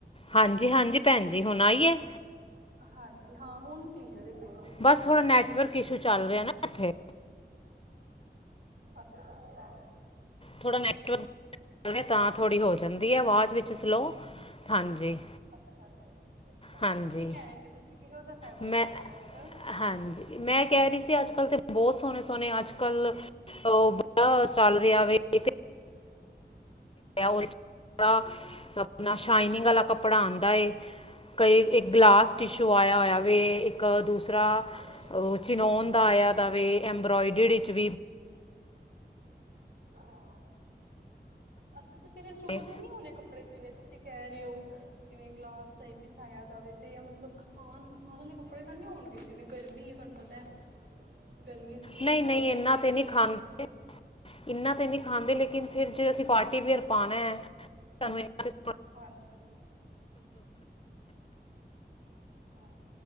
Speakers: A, on the left; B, on the right.
A: ਹਾਂਜੀ, ਹਾਂਜੀ ਪੈਨ ਜੀ ਹੁਨ ਆਈ ਏ।
B: ਹਾਂਜੀ ਹਾਂ ਹੁਨ ਕਲੀਅਰ ਏ ਪੁਰਾ
A: ਬਸ ਥੋੜਾ ਨੈਟਵਰਕ ਇਸ਼ੂ ਚੱਲ ਰਿਆ ਨਾ। ਇੱਥੇ
B: ਅੱਛਾ-ਅੱਛਾ।
A: ਥੋੜਾ ਨੈਟਵਰਕ <unintelligible> ਤਾਂ ਥੋੜੀ ਹੋ ਜਾਂਦੀ ਏ
B: ਅੱਛਾ
A: ਆਵਾਜ਼
B: ਅੱਛਾ
A: ਵਿੱਚ ਸਲੋ ਹਾਂਜੀ।
B: ਅੱਛਾ ਅੱਛਾ ਅੱਛਾ
A: ਹਾਂਜੀ
B: ਕੀ ਕੈ ਰੇ ਸੀ ਤੁਸੀਂ ਕਿਹੋ ਜਾ ਫੈਬਰਿਕ
A: ਮੈਂ
B: ਚੱਲ ਰਿਆ ਅੱਜ ਕੱਲ।
A: ਹਾਂਜੀ ਮੈਂ ਕੇ ਰੀ ਸੀ ਅੱਜ-ਕੱਲ ਤਾਂ ਬੋਹਤ ਸੋਹਣੇ-ਸੋਹਣੇ ਅੱਜ-ਕੱਲ ਬੜਾ ਓ ਚੱਲ ਰਿਆ ਵੇ ਇ <unintelligible> ਓ ਜੇੜਾ ਆਪਨਾ ਸ਼ਾਈਨਿੰਗ ਵਾਲਾ ਕੱਪੜਾ ਆਂਦਾ ਏ ਕਈ ਇੱਕ ਗਲਾਸ
B: ਅੱਛਾ
A: ਟਿਸ਼ੂ ਆਇਆ ਹੋਇਆ ਵੇ ਇੱਕ ਦੂਸਰਾ
B: ਅੱਛਾ
A: ਚਿਨੋਨ ਦਾ ਆਇਆਂ ਦਾਵੇ ਐਬ੍ਰੋਇਡਰੀ ਵਿੱਚ ਵੀ
B: ਹਾਂ ਅੱਛਾ ਅੱਛਾ ਫੇਰ ਏ ਚੁੱਭਦੇ
A: ਨੇ
B: ਨੀ ਹੋਣੇ ਕੱਪੜੇ ਜਿਵੇਂ ਤੁਸੀਂ ਕਹੇ ਰਹੇ ਓ। ਜਿਵੇਂ ਗਲਾਸ ਟਾਈਪ ਵਿੱਚ ਆਇਆ ਦਾਵੇ ਤੇ ਮਤਲਬ ਖਾਣ-ਖਾਣ ਆਲੇ ਕੱਪੜੇ ਤਾਂ ਨੀਂ ਹੋਣਗੇ ਜਿਵੇਂ ਗਰਮੀ ਏ ਪਤਾ ਗਰਮੀਆਂ 'ਚ ਦੇਖੋ
A: ਨਈ ਨਈ
B: ਲਾਈਟ ਕੱਪੜੇ
A: ਇਨਾ ਤੇ
B: ਅੱਛੇ
A: ਨੀ ਖਾਂਦੇ
B: ਲੱਗਦੇ ਨੇ
A: ਇਨਾ ਤੇ ਨੀਂ ਖਾਂਦੇ ਲੇਕਿਨ
B: ਅੱਛਾ
A: ਫਿਰ ਜੇ ਅਸੀਂ ਪਾਰਟੀ ਵੀਅਰ ਪਾਨਾ ਸਾਨੂੰ ਇਨਾਂ ਦੇ
B: ਹਾਂਜੀ ਹਾਂ